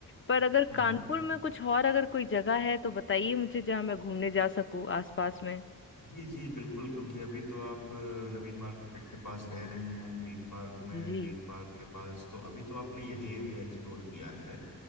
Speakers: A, on the left; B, on the left.
A: पर अगर
B: हम्म
A: कानपुर
B: okay, हम्म,
A: में कुछ और अगर कोई जगह है तो बताइए मुझे जहाँ मैं घूमने जा सकूँ आसपास में
B: जी जी बिल्कुल क्योंकि अभी तो आप अ, नवीन मार्केट के पास रह रही हैं ग्रीन पार्क में
A: जी
B: ग्रीन पार्क के पास तो अभी तो आपने यही एरिया एक्सप्लोर किया है